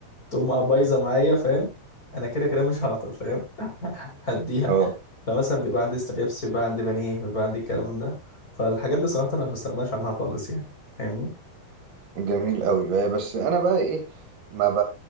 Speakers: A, on the left; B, on the right.
A: تقوم بايظة معايا فاهم انا كده كده مش هعطل فاهم <laughs> هديها
B: اه
A: فمثلا بيبقى عندي ستريبس بيبقى عندي بانيه بيبقى عندي الكلام من ده فالحاجات دي صراحة انا ما بستغناش عنها خالص يعني فاهمني
B: جميل أوي بقى- بس أنا بقى إيه ما ب...